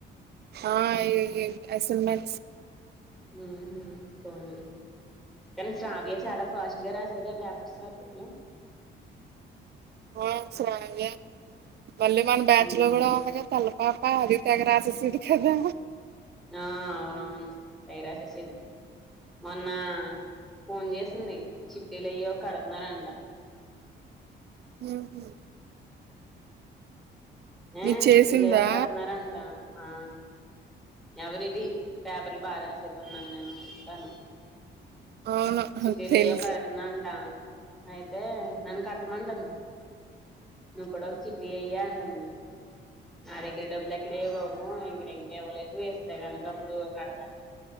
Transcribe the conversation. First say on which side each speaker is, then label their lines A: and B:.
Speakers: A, on the right; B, in the centre.
A: ఆ ఇగ అసైన్మెంట్స్
B: హు హామ్ తొండి కానీ శ్రావ్య చాలా ఫాస్ట్ గా రాసేది ఆ పేపర్స్ అప్పట్లో
A: <unintelligible> ఆ సరగా మళ్ళీ మన బ్యాచ్
B: ఉమ్
A: లో కూడా అవ్వాలిగా తల్లపాపా అది తెగ రాసేసది కదా
B: ఆ అవునవును తెగ రాసేసిది మొన్న ఫోన్ చేసింది చిట్టీలు అయ్య కడుతున్నారంట
A: హు హామ్
B: ఏ
A: నీకు చేసిందా
B: చిటీలు ఏవో కడుతున్నార అంటా ఆ ఎవరిది పేపర్లు బాగా రాసేది అన్నాను నేను వస్తాను
A: అవును
B: చిటీలు
A: తెలుసు
B: అయ్యో కడుతుందంట అయితే నన్ను కట్టమంటంది నువ్వు కూడా ఒక చిట్టీ అయ్య అంటంది నా దగ్గర డబ్బులు ఎక్కడేయి బాబు ఇంకా ఇంకేవ్వలేదు వేస్తే కనుక అప్పుడు కడద